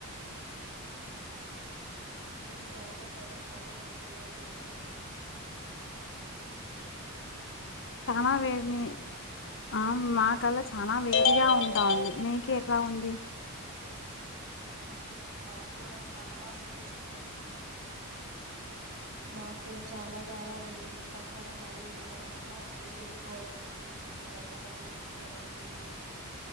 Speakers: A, on the right; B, on the left.
A: నువ్వు జాగ్రత్త ఎండలో ఎక్కువగా తిరగ మాకు ఇంకేంటి
B: చానా వేడి
A: సమాచారం
B: మీ ఆ మా కల్లా చాలా వేటిగా ఉంటాంది మీకు ఎట్లా ఉంది
A: మాకు కూడా చాలా వేడి మాకు మాకు కూడా చాలా చాలా వేడి పక్కన నది ఉండడం వల్ల వేడి ఎక్కువ అవుతుంది కింద ద బండరాలు ఎక్కువ వేడి